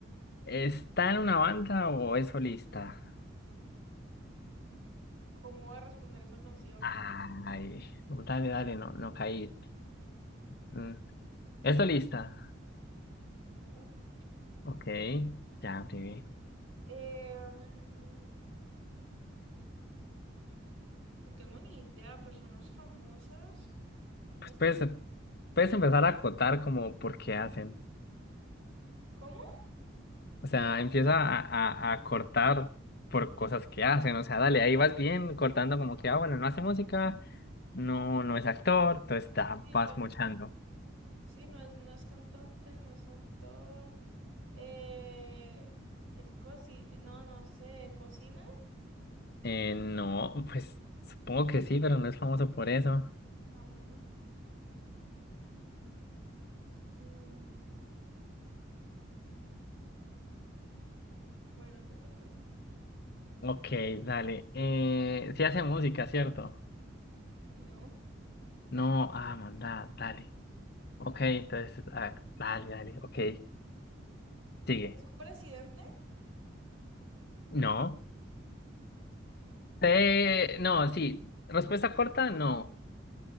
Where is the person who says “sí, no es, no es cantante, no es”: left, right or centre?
Right